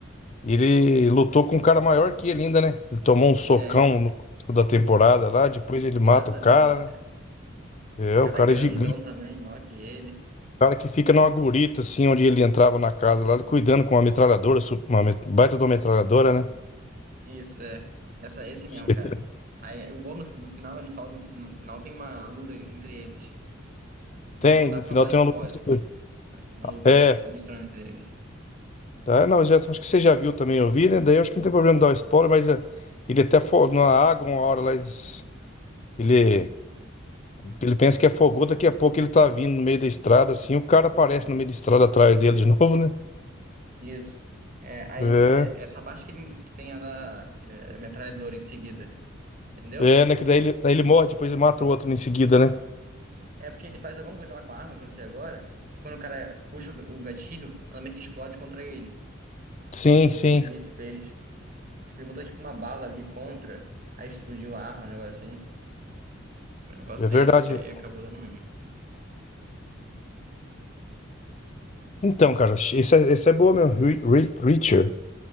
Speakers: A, on the left; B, on the right.
A: ele lutou com um cara maior que ele ainda, né? Ele tomou um socão
B: É,
A: no começo da temporada
B: exa-
A: lá. Depois ele mata
B: exatamente,
A: o cara,
B: cara.
A: né? É, o
B: Cara
A: cara
B: grandão
A: é gigante.
B: também, maior que ele.
A: cara que fica numa gurita, assim, onde ele entrava na casa lá, ele cuidando com uma metralhadora, su- uma met- baita de uma metralhadora, né?
B: Isso, é. Essa, esse
A: <laughs>
B: mesmo, cara. Aí, o bom no, no final, no final, no final tem uma luta entre eles.
A: Tem,
B: Eu Não vou contar,
A: no
B: porque
A: final
B: senão eu vou
A: tem
B: dar spoiler.
A: uma luta. entre os dois.
B: Mas tem uma luta
A: É,
B: sinistra entre eles.
A: tá, não, já, acho que você já viu também, eu vi, né? Daí eu acho que não tem problema dar o spoiler, mas é, ele até fo- na água uma hora lá, eles- ele, ele pensa que afogou, daqui a pouco ele tá vindo no meio da estrada, assim, o cara aparece no meio da estrada atrás dele de <laughs> novo, né?
B: Isso. É, aí
A: É,
B: t- é, essa parte que, ele, que tem a da é, metralhadora em seguida. Entendeu?
A: é, né? Que daí ele, daí ele morre, depois ele mata o outro em seguida, né?
B: É porque ele faz alguma coisa lá com a arma, que eu não sei agora. Que quando o cara puxa o, ga- o gatilho, ela meio que explode contra ele. Entendeu?
A: Sim,
B: Não
A: sim,
B: sei o que ele fez. Acho que ele botou tipo uma bala ali contra. Aí explodiu a arma, um negócio assim. Foi um negócio
A: é verdade.
B: desse que aí acabou dando ruim.
A: Então, cara, esse é, esse é boa mesmo. Re- Re- Reacher,